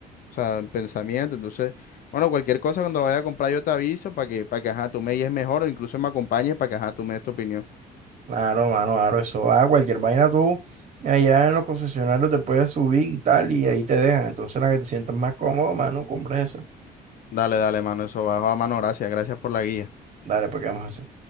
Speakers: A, on the left; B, on the right.
A: o sea, en pensamiento, entonces, bueno, cualquier cosa cuando vaya a comprar yo te aviso para que, para que, ajá, tú me guíes mejor o incluso me acompañes para que, ajá, tú me des tu opinión.
B: Claro, mano, claro, eso ah, cualquier vaina tú allá en los concesionarios te puedes subir y tal, y ahí te dejan. Entonces la que te sientas más cómodo, mano, compras eso.
A: Dale, dale, mano, eso bajo a mano, gracias, gracias por la guía.
B: Dale, pues quedamos así.